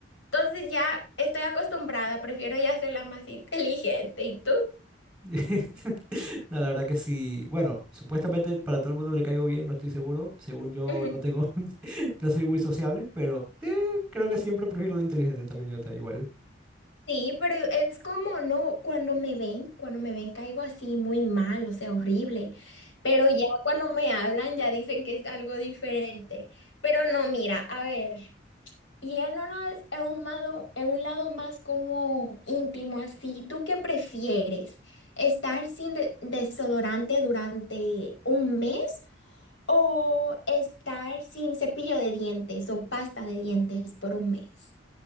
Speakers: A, on the left (about 75°); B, in the centre.
A: entonces ya estoy acostumbrada, prefiero ya ser la más inteligente. ¿Y tú?
B: <laughs> No, la verdad que sí. Bueno, supuestamente para todo el mundo le caigo bien, no estoy seguro. Según yo,
A: Ujú.
B: no tengo, <laughs> no soy muy sociable, pero eh, creo que siempre prefiero la inteligente también, yo ta- igual.
A: Sí, pero es como, no, cuando me ven, cuando me ven caigo así muy mal, o sea, horrible, pero ya cuando me hablan ya dicen que es algo diferente. Pero no, mira, a ver. Y en uno es es un lado, en un lado más como íntimo, así. ¿Tú qué prefieres? ¿Estar sin de- desodorante durante un mes o estar sin cepillo de dientes o pasta de dientes por un mes?